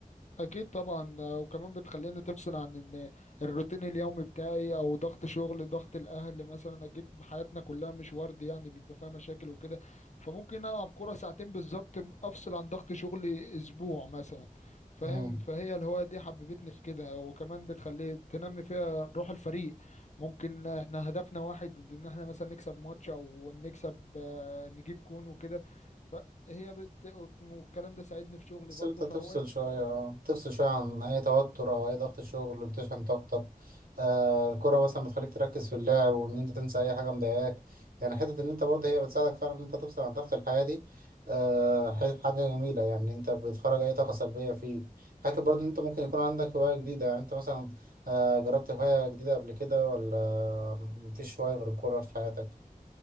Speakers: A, on the left (about 50°); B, on the right (about 80°).
A: اكيد طبعا آه، وكمان بتخليني تفصل عن إن الروتين اليومي بتاعي او ضغط شغل ضغط الاهل مثلا اكيد حياتنا كلها مش ورد يعني بيبقى فيها مشاكل وكده فممكن العب كرة ساعتين بالظبط افصل عن ضغط شغلي اسبوع مثلا فاهم
B: مم.
A: فهي الهواية دي حببتني في كده وكمان بتخلي تنمي فيها روح الفريق ممكن احنا هدفنا واحد ان احنا مثلا نكسب ماتش او نكسب آه، نجيب جون وكده فهي بت... والكلام ده ساعدني في شغلي
B: بس
A: برضه
B: انت
A: فهواية
B: تفصل شوية اه. تفصل شوية عن أي توتر أو أي ضغط شغل اللي بتشحن طاقتك آه الكرة مثلا بتخليك تركز في اللعب وإن أنت تنسى أي حاجة مضايقاك يعني حتة إن أنت برضه هي بتساعدك فعلا إن أنت تفصل عن ضغط الحياة دي آه ح- حاجة جميلة يعني أنت بتخرج أي طاقة سلبية فيه حتى برضه إن أنت ممكن يكون عندك هواية جديدة يعني أنت مثلا آه جربت هواية جديدة قبل كده ولا مفيش هواية غير الكورة في حياتك؟